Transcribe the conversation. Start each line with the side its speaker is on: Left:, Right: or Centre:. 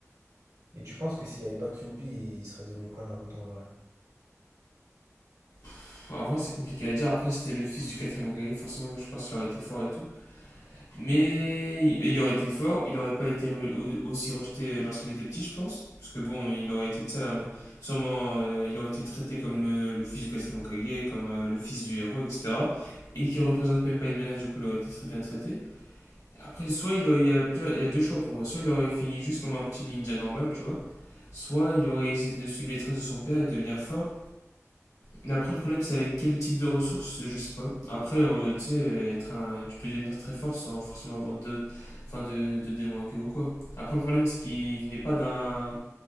Right: Et tu penses que s'il n'y avait pas Kyuubi, il serait devenu quoi Naruto en vrai?
Left: Pff, en vrai, c'est compliqué à dire. Après, c'était le fils du quatrième Hokage, forcément, je pense qu'il aurait été fort et tout. Mais il aurait été fort, il n'aurait pas été re- aussi rejeté euh, lorsqu'il était petit, je pense. Parce que bon, il aurait été, tu sais, euh, sûrement, euh, il aurait été traité comme le, le fils du quatrième Hokage, comme euh, le fils du héros, etc. Et qui représente même pas une menace, du coup, il aurait été très bien traité. Après, soit il, aurait- il y a, plus- il y a deux choix pour moi. Soit il aurait fini juste comme un petit ninja normal, tu vois. Soit il aurait essayé de suivre les traces de son père et devenir fort. Mais après, le problème, c'est avec quel type de ressources, je sais pas. Après, euh, tu sais, euh, être un- tu peux devenir très fort sans forcément avoir de, enfin, de, de démons à queue ou quoi. Après, le problème, c'est qu'il venait pas d'un,